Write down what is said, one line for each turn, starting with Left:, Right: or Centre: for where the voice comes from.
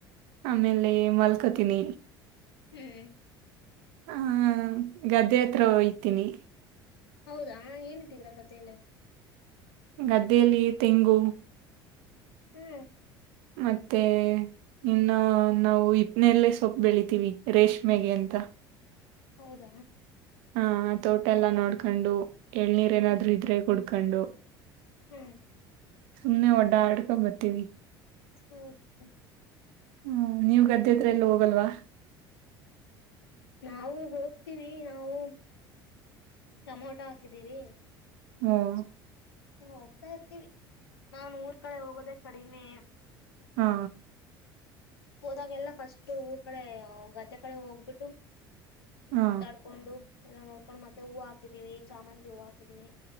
Right: ಆಮೇಲೆ ಮಲ್ಕತೀನಿ
Left: ಹ್ಮ್.
Right: ಹಾ ಗದ್ದ್ಯ ಹತ್ರ ಹೊಯ್ತೀನಿ.
Left: ಹೌದಾ ಏನ್ಿಟ್ಟಿದ್ರ ಗದ್ದೆಯಲ್ಲಿ
Right: ಗದ್ದೆಯಲ್ಲಿ ತೆಂಗು ಹು
Left: ಹ್ಮ್.
Right: ಮತ್ತೆ ಇನ್ನ ನಾವು ಇಪ್ನೇಲ್ಲೇ ಸೊಪ್ಪ ಬೆಳಿತೀವಿ ರಷ್ಮೆಗೆ ಅಂತ.
Left: ಹೌದಾ.
Right: ಹಾ ಆ ತೋಟ ಎಲ್ಲ ನೋಡ್ಕೊಂಡು. ಎಳ್ನರ್ ಏನಾದ್ರು
Left: ಹ್ಮ್
Right: ಇದ್ರೆ ಕುಡುು ಕಂಡು
Left: ಹ್ಮ್
Right: ಸುಮನೆ ಒಡ್ಡಾ ಅಟಕ ಬತ್ವಿ
Left: ಹ್ಮರಿ ಹ್ಮ.
Right: ಹ್ಮ್ ನೀವ್ ಗದ್ದೆ ಹತ್ರ ಎಲ್ಲ ಹೋಗಲ್ವಾ
Left: ನಾವು ಹೋಗ್ತೀವಿ ನಾವು ಟಮೊಟೊ ಹಾಕಿದೀವಿ
Right: ಹ್ಮ್
Left: ಹ ಹೋಗ್ತಾ ಇರ್ತೀವಿ. ನಾನ್ ಊರ್ ಕಡೆ ಹೋಗೋದೇ ಕ. ಅಡಿನೇ.
Right: ಹಾ.
Left: ಹೋದಾಗೆಲ್ಲ ಫಸ್ಟ್ ಊರ್ ಕಡೆ ಗದ್ದೆ ಕಡೆ ಹೋಗ್ಬಿಟ್ಟು.
Right: ಹಾ
Left: ತಡ್ಕೊಂಡು. ಎಲ್ಲ ನೋಡ್ಕೊಂಡು ಮತ್ತೆ ಹೂವು ಹಾಕಿದೀವಿ ಚಾಮಂತಿ ಹೂವು ಹಾಕಿದ್ದೀವಿ